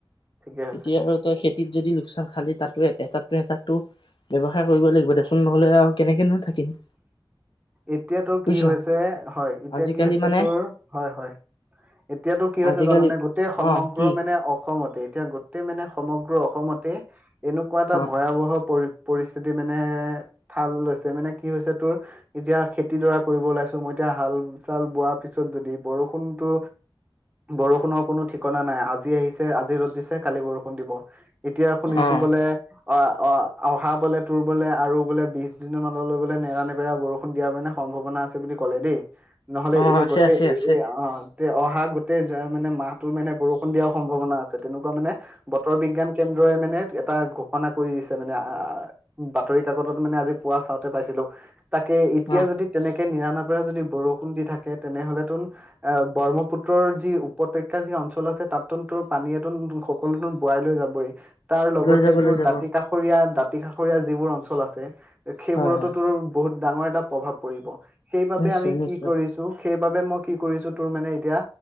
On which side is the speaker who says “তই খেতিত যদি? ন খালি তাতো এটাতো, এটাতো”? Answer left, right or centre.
Left